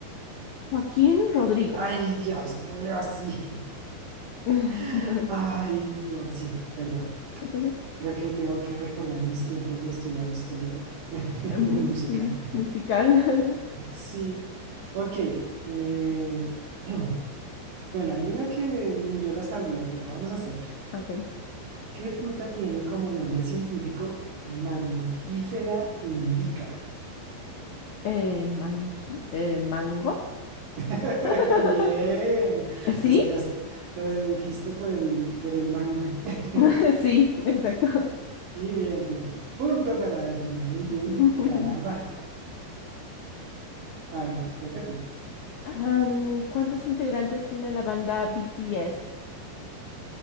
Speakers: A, on the left (about 75°); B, on the right (about 75°).
A: Joaquín Rodrigo.
B: Ay, Dios mío, sí.
A: <laughs>
B: <laughs> Ay, no, sí, perdón.
A: <laughs>
B: Creo que tengo que recordar mis tiempos de estudiar historia <laughs> en
A: Mm,
B: música.
A: Sí, musical. <laughs>
B: Sí, ok. eh, <clears throat> bueno, hay una que ni yo la sabría, pero vamos a hacer.
A: Ok.
B: ¿Qué fruta tiene como nombre científico mangifera indica?
A: Eh, manji- eh, mango.
B: <laughs>
A: <laughs>
B: Bien,
A: ¿Sí?
B: lo sacaste, lo dedujiste por el, por el mang. <laughs>
A: <laughs> Sí, exacto.
B: Y bien, bien. Punto para Gina, muy bien,
A: <laughs>
B: caramba. A ver, toca a ti.
A: Am, ¿cuántos integrantes tiene la banda BTS?